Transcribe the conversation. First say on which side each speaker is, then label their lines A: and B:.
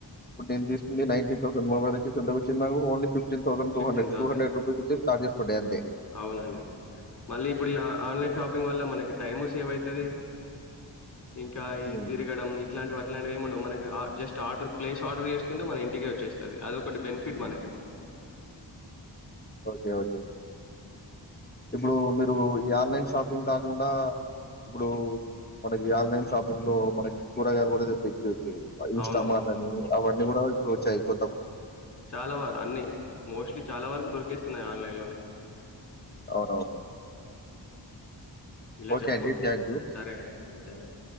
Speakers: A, on the left; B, on the left.
A: ఇప్పుడు నేను తీస్కుంది నైన్టీన్ థౌసండ్ మొబైల్ ఒచ్చేసి ఎంతకొచ్చింది నాకు only fifteen thousand two
B: fifteen
A: hundred కి
B: థౌజండ్
A: టూ హండ్రెడ్ రూపీస్ ఒచ్చి చార్జెస్ పడ్డయ్ అంతే.
B: అవునండి మల్లీ ఇప్పుడు ఈ ఆ ఆన్లైన్ షాపింగ్ వల్ల మనకి టైము సేవ్ అయితది. ఇంకా
A: హ్మ్.
B: ఈ తిరగడం ఇ అట్లాంటివి అట్లాంటివి ఏముండవు, మనకి ఆ జస్ట్ ఆర్డర్ ప్లేస్ ఆర్డర్ చేస్కుంటే మన ఇంటికే వచ్చేస్తది అదొకటి బెనిఫిట్ మనకి.
A: ఓకే ఓకే, ఇప్పుడూ మీరూ ఈ ఆన్లైన్ షాపింగ్ కాకుండా ఇప్పుడూ మనకీ ఆన్లైన్ షాపింగ్ లో మనకి కొ రగాయలు గూడా తెప్పిచ్చచ్చు, అ ఇన్స్టామార్ట్
B: అవునవునండి
A: అనీ అవన్ని గుడా ఇప్పుడు వచ్చాయి కొ
B: చాలవ అన్నీ మోస్ట్లీ చాలా వరకు దొరు కేస్తున్నాయి ఆన్లైన్ లోనే.
A: అవునవును.
B: ఇలా
A: ఓకే
B: చెప్పుకుంటు
A: అండి. థాంక్యూ.
B: సరేఅండి. Thank you.